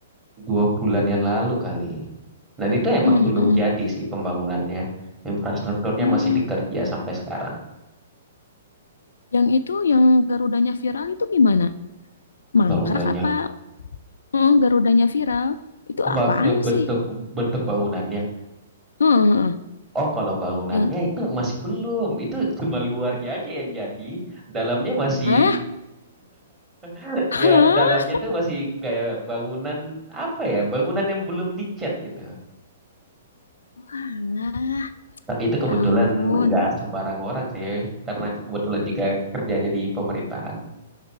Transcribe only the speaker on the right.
dua bulan yang lalu kali. Dan itu emang
belum
jadi sih pembangunannya. Infrastrukturnya
masih dikerja sampai sekarang.
Garudanya.
Oh, bak-
bentuk
bentuk bangunannya.
Oh, kalau bangunannya
itu masih belum. Itu cuma luarnya aja yang jadi. Dalamnya masih
<laughs>
ya dalamnya tuh masih kayak bangunan apa ya? Bangunan yang belum dicat gitu.
Tapi itu kebetulan
nggak sembarang orang sih, karena aku kebetulan juga kerjanya di pemerintahan.